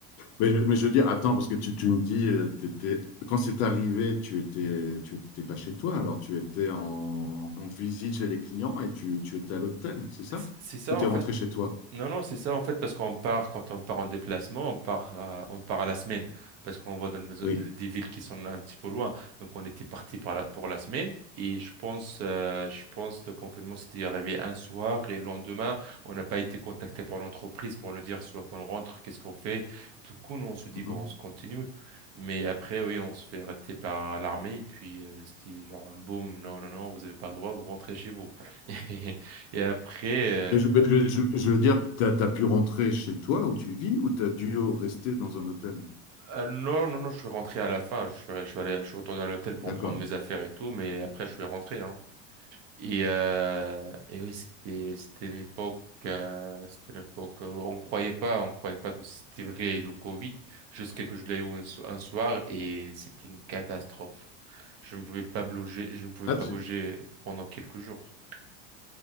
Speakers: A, on the left; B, on the right.
A: Mais, je- mais je veux dire, attends, parce que tu, tu me dis, euh, t'étais- quand c'est arrivé, tu étais, tu étais pas chez toi, alors tu étais en, en visite chez les clients et tu, tu étais à l'hôtel, c'est ça?
B: C'est c'est ça
A: Ou t'es
B: en
A: rentré
B: fait
A: chez toi?
B: Non, non, c'est ça en fait, parce qu'on part, quand on part en déplacement, on part, à- on part à la semaine, parce qu'on va dans des,
A: Oui.
B: des- des villes qui sont un petit peu loin. Donc, on était parti pour la, pour la semaine, et je pense, euh, je pense le confinement s'était arrivé un soir, et le lendemain, on n'a pas été contacté par l'entreprise pour nous dire soit qu'on rentre, qu'est-ce qu'on fait. Du coup, nous, on se dit,
A: Mhm.
B: bon, on se continue. Mais après, oui, on se fait arrêter par l'armée, et puis euh, c'était genre un boom, non, non, non, vous n'avez pas le droit, vous rentrez chez vous. <laughs> Et après, euh,
A: Mais je, mais je- je- je veux dire, tu as, pu rentrer chez toi où tu vis ou tu as dû rester dans un hôtel?
B: Euh, non, non, non, je suis rentré à la fin. Je suis, je suis allé, je suis retourné à l'hôtel pour
A: D'accord.
B: prendre mes affaires et tout, mais après, je suis rentré, hein. Et, euh, et oui, c'était, c'était une époque, euh, c'était une époque, euh, on croyait pas, on croyait pas que c'était vrai le Covid, jusqu'à que je l'ai eu un, so- un soir et c'était une catastrophe. Je ne pouvais pas bouger, je ne pouvais
A: Ah,
B: pas
A: tu-
B: bouger pendant quelques jours.